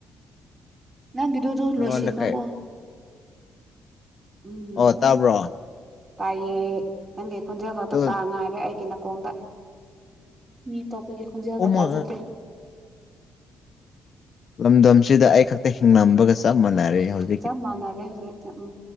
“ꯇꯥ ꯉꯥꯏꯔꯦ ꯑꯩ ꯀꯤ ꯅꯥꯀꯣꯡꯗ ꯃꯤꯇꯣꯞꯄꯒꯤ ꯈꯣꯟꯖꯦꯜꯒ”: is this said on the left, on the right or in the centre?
Right